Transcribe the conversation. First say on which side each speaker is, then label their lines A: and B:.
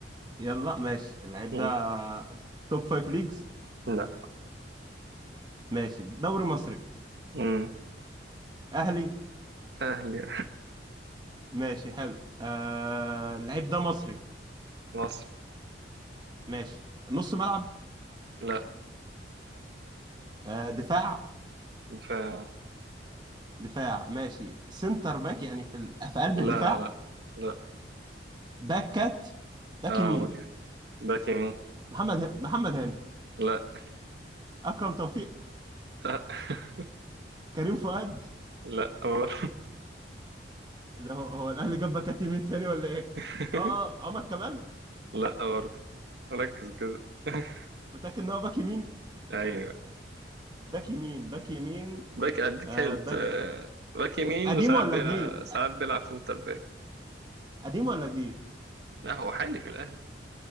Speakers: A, on the right; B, on the right.
A: يلا ماشي اللعيب
B: مم.
A: ده توب فايف ليجز
B: لا
A: ماشي دوري مصري
B: مم.
A: اهلي
B: أهلي
A: ماشي حلو آه اللعيب ده مصري
B: مصر
A: ماشي نص ملعب
B: لا
A: آه دفاع
B: دفاع
A: دفاع ماشي سنتر باك يعني في ال... في قلب
B: لا
A: الدفاع
B: لا لا
A: باكات باك
B: آه
A: يمين
B: برضه. باك يمين
A: محمد ه... محمد هاني
B: لا
A: اكرم توفيق
B: آه. <laughs>
A: كريم فؤاد
B: لا برضه
A: إيه ده هو, هو الاهلي جاب باكات يمين تاني ولا ايه
B: <laughs>
A: اه اه عمر كمال
B: لا برضه ركز كده <laughs>
A: متاكد ان هو باك يمين
B: أيوه
A: باك يمين باك يمين
B: باك أديك
A: آه
B: هنت
A: باك
B: آه، باك يمين
A: قديم
B: وساعات
A: ولا
B: بيلعب
A: جديد
B: ساعات
A: آه،
B: بيلعب سنتر باك
A: قديم ولا جديد
B: لا هو حالي في الأهلي